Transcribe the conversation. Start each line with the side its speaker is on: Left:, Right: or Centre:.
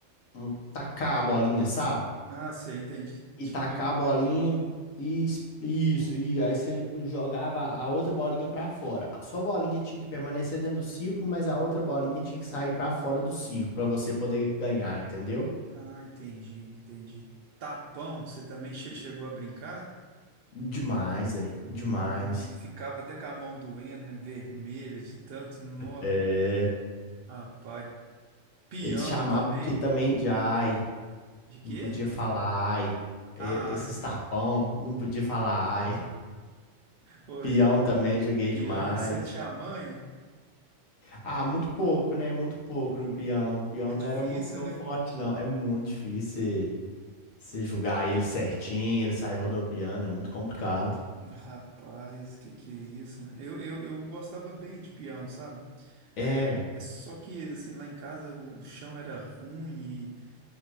Left: um- tacar a bolinha, sabe?
Right: Ah, você entendi.
Left: E
Right: Tipo,
Left: tacar a bolinha e es- isso, e aí você jogava a outra bolinha para fora. A sua bolinha tinha que permanecer dentro do círculo, mas a outra bolinha tinha que sair para fora do círculo para você poder ganhar, entendeu?
Right: ah, entendi, entendi. Tapão, você também che- chegou a brincar?
Left: Demais, é. Demais.
Right: Nó, ficava até com a mão doendo, né? Vermelha de tanto nó.
Left: É,
Right: Rapaz, peão
Left: eles chamavam
Right: também.
Left: aqui também de ai.
Right: De quê?
Left: Não podia falar ai. É,
Right: Ah,
Left: esses
Right: ai.
Left: tapão, não podia falar ai.
Right: Oi,
Left: Peão também joguei
Right: peão,
Left: demais.
Right: você tinha a manha?
Left: Ah, muito pouco, né? Muito pouco no peão. Peão
Right: É difícil,
Left: não era muito meu
Right: né?
Left: forte, não. É muito difícil você você julgar ele certinho, ele sair rodopiando, é muito complicado.
Right: Rapaz, que que é isso? Eu, eu, eu gostava bem de peão, sabe?
Left: É.
Right: É, é só que, assim, lá em casa o chão era ruim e,